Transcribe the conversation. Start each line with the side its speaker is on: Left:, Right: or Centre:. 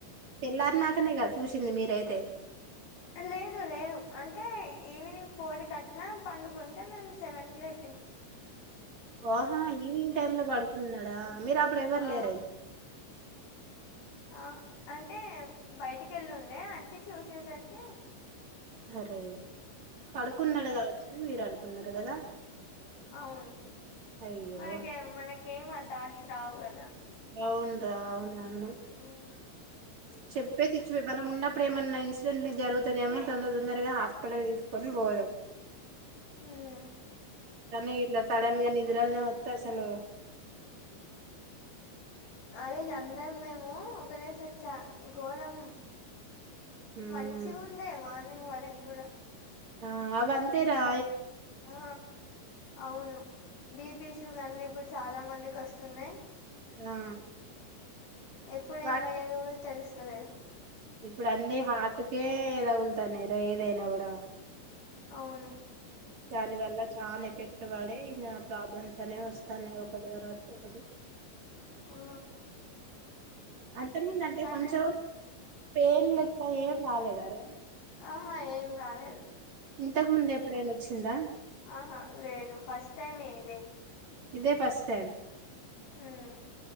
Right: తెల్లారి నాకనే కదా చూసింది మీరైతే
Left: లేదు లేదు అంటే ఈవినింగ్ ఫోర్ కట్లా పండుకుంటే మేము సెవెన్ కి లేపినాం
Right: ఓహా ఈవినింగ్ టైమ్ లో పడుకుంటున్నాడా మీరు అప్పుడు ఎవ్వరు
Left: ఆ
Right: లేరైన
Left: ఆ అ టే బయటికి ఎళ్ళుండే వచ్చి చూసేసరికి
Right: అరే పడుకున్నాడు గావచ్చను మీరు అనుకున్నారు కదా
Left: అ
Right: అయ్యో
Left: మనకె మనకెం థాట్స్ రావు కదా
Right: అవును రావు నాను
Left: ఉమ్,
Right: చెప్పేసిచ్చ్ వే మనం ఉన్నప్పుడు ఏమన్నా ఇన్సిడెంట్ జరుగుత్ తనేమో తొందర తొందరగా హాస్పిటల్ తీసుకొని పోదుం
Left: ఉమ్.
Right: తనే ఇల్ల సడన్గా నిద్రల్నే తెసలు
Left: ఆ రోజ్ అందరం మేము గనేసి వచ్చా ఘోరం
Right: ఉమ్
Left: మంచి గ ఉండే మార్నింగ్ వరకు గూడా
Right: ఆ అవంతేరా
Left: ఆ అవును బిపిషుగర్ ఇప్పుడు చాలా మ దికి వస్తున్నాయి
Right: ఆ
Left: ఎప్పుడు
Right: వాటి
Left: ఏమయ్యారు కూడా తెల్సు తలేదు
Right: ఇప్పుడు అన్నీ హార్టుకే ఎ తగులుతన్నయ్ ఏదైనా గూడా
Left: అవును
Right: దాని వల్ల చాలా ఎఫెక్ట్ పడి ఇంక ప్రాబ్లమ్స్ అనేవి వస్తన్నాయి ఒకటి తర్వాత ఒకటి అ
Left: ఆ
Right: అంతముందు అంటే
Left: సడన్
Right: కొంచెం పెయిన్ లెక్క ఏం రాలేదారా
Left: ఆహా ఏం రాలేదు
Right: ఇంతకు ముందు ఎప్పుడైనా వచ్చిందా
Left: ఆహా లేదు ఫస్ట్ టైం ఏ ఇది
Right: ఇదే ఫస్ట్ టైం
Left: ఉమ్